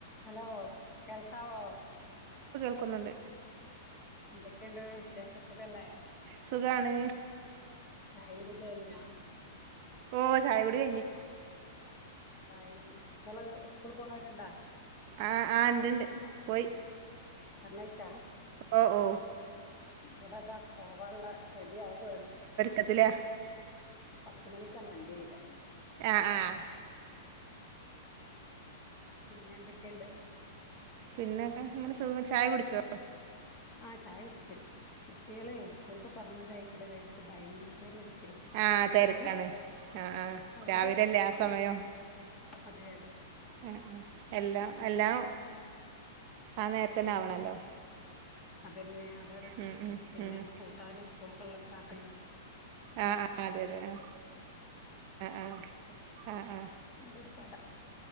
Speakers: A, on the left; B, on the right.
A: hello കേൾക്കാവോ
B: ക്കുന്നുണ്ട്
A: എന്തൊക്കെയുണ്ട് വിശേഷസുഖല്ലേ
B: സുഖാണ്
A: ചായ കുടിക്ക കഴിഞ്ഞാ
B: ഓ ചായ കുൂടി കഴിഞ്ഞു
A: എന്തായി മക്കള് സ്കൂള് പോണവരുണ്ടാ
B: ആ ആ ഉണ്ട്ണ്ട് പോയി
A: പറഞ്ഞഹിച്ച
B: ഓ ഓ
A: ഇവിടെതാ പോവാനുള്ളറെ എ ആ വോണ്
B: ത്തിലാ
A: പത്തു മണിക്കാണ് വണ്ടി വര്അ
B: ആ ആ
A: പിന്നെ എന്തൊക്കെണ്ട്
B: പിന്നൊക്കെ അങ്ങനെ ചായ കുടിച്ചോ
A: ആ ചായ കുടിച്ചു കുട്ടികള് സ്കൂള്ക്ക് പറഞ്ഞ <unintelligible> എല നേരത്ത് ഭയങ്കര തിരക്കുള്ള
B: ആഹ തെരക്കാണ്
A: സമയം
B: ആആ
A: അവര്
B: രാവിലെല്ലേ ആ
A: പോ
B: സമയം
A: അതെ അതെ
B: ആ എല്ലാം അല്ലാം ആ നേരത്തന്നെ ആവണല്ലോ
A: അതന്നെ അതാണ്
B: ഉം ഉം
A: പിന്നെ
B: ഉം
A: കൂട്ടാനും സ്കൂൾക്കള്ള നാക്കലൂ
B: ആ ആ അതെ അതെ ആ ആ ആ ആ
A: കൂടെരു പാടം